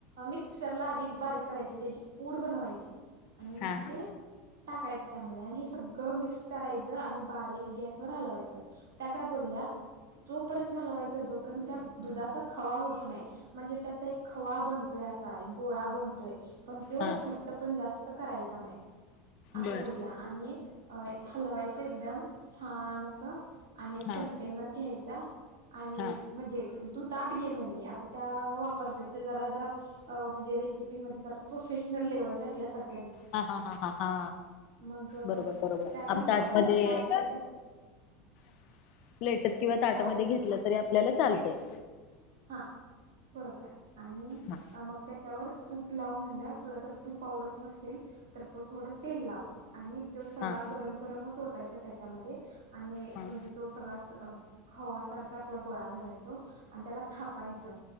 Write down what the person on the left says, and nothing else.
हा
हा
हा
बर
हा
हा
हा हा हा हा हा
बरोबर बरोबर
आम
ताटमध्ये
<inaudible> प्लेटत किंवा ताटामध्ये
घेतलं तरी आपल्याला चालते <inaudible>
हा
हा
हा